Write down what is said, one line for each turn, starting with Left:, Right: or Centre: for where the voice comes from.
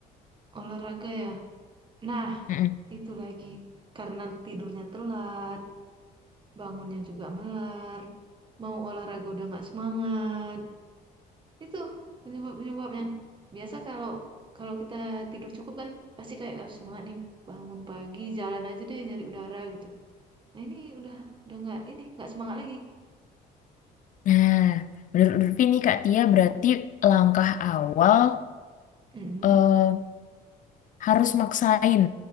Right: Olahraga ya. Nah,
Left: Mm-mm.
Right: itu lagi. Karena tidurnya telat, bangunnya juga melar, mau olahraga udah nggak semangat. Itu penyebab-penyebabnya. Biasa kalau kalau kita tidur cukup kan pasti kayak "Ah, semangat nih bangun pagi jalan aja deh nyari udara gitu. Nah ini udah udah nggak ini nggak semangat lagi.
Left: Nah, menurut Lutfi nih Kak Tia berarti langkah awal
Right: Mm.
Left: eh, harus maksain